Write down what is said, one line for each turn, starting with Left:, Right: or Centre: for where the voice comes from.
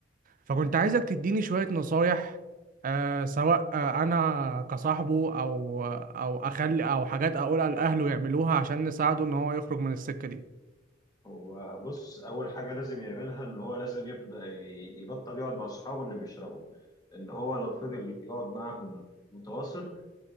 Right: فكنت عايزك تديني شويه نصايح آه، سواء آه، انا كصاحبه او آه، او اخلي او حاجات اقولها لاهله يعملوها عشان نساعده ان هو يخرج من السكه
Left: هو بص أول حاجة لازم يعملها إن هو لازم يبدأ ي- يبطل يقعد مع أصحابه اللي بيشربوا، إن هو لو فضل يقعد معاهم متواصل